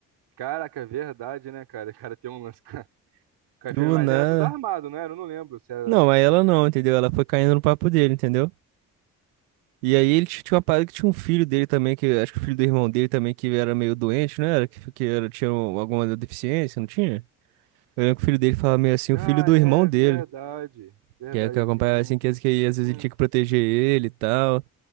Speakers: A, on the right (about 70°); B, on the right (about 85°).
A: Caraca, é verdade, né, cara? O cara tem um lance. <laughs> com a- enfermeira.
B: Do
A: Mas
B: nada.
A: era tudo armado, né Eu não lembro se era.
B: Não, mas ela
A: Acho que
B: não,
A: era.
B: entendeu? Ela foi caindo no papo dele, entendeu? E aí ele tinha uma parada que tinha um filho dele também, que acho que o filho do irmão dele também, que era meio doente, não era? Que, que era, tinha um- alguma deficiência, não tinha? Eu lembro que o filho dele falava meio assim,
A: Ah,
B: o filho do
A: é
B: irmão dele,
A: verdade. Verdade,
B: que é que acompanhava
A: tinha um.
B: assim, que, que aí às vezes
A: Hum.
B: ele tinha que proteger ele e tal.